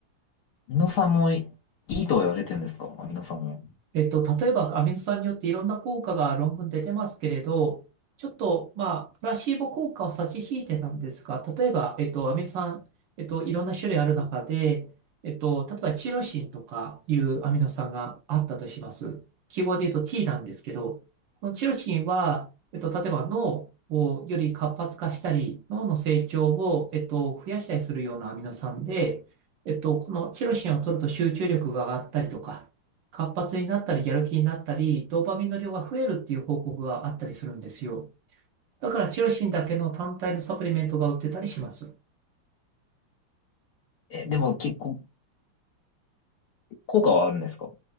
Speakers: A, on the left; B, on the right.
A: ミノさんもいいとは言われてるんですかまあミノさんも。
B: えっと、例えば、アミノ酸によっていろんな効果が論文で出てますけれど、ちょっと、まあ、プラシーボ効果を差し引いてたんですが、例えば、えっと、アミノ酸、えっと、いろんな種類ある中で、えっと、例えば、チロシンとかいうアミノ酸があったとします。記号で言うと T なんですけど、このチロシンは、えっと、例えば脳をより活発化したり、脳の成長を、えっと、増やしたりするようなアミノ酸で、えっと、このチロシンを取ると集中力が上がったりとか、活発になったり、やる気になったり、ドーパミンの量が増えるっていう報告があったりするんですよ。だから、チロシンだけの単体のサプリメントが売ってたりします。
A: え、でも結構、効果はあるんですか